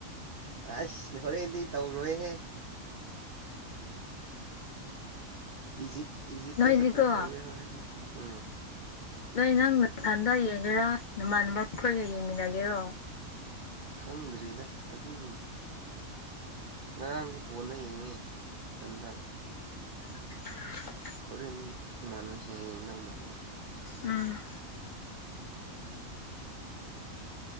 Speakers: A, on the right; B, on the left.
A: ꯑꯁ ꯍꯣꯔꯦꯟꯗꯤ ꯇꯧꯔꯣꯏꯍꯦ ꯏꯖꯤꯞ ꯏꯖꯤꯞꯇ
B: ꯅꯣꯏꯗꯤꯀꯣ
A: ꯁꯄꯣꯔꯠ ꯇꯧꯋꯦ ꯍꯣꯔꯦꯟꯗꯤ ꯎꯝ
B: ꯅꯣꯢ ꯅꯪ ꯃꯊꯟꯇ ꯌꯦꯡꯒꯦꯔꯥ ꯅꯃꯥꯟꯅꯕ ꯈꯣꯏꯒ ꯌꯦꯡꯃꯤꯟꯅꯒꯦꯔꯣ
A: ꯈꯪꯗ꯭ꯔꯤꯗ ꯑꯗꯨꯝ ꯉꯔꯥꯡꯗꯤ ꯐꯣꯟꯗ ꯌꯦꯡꯉꯦ ꯏꯊꯟꯗ
B: <inaudible>
A: ꯍꯣꯔꯦꯟꯗꯤ ꯏꯃꯥꯟꯅꯕ ꯁꯤꯡ ꯌꯦꯡꯗꯧ ꯃꯥꯜꯂꯦ
B: ꯎꯝ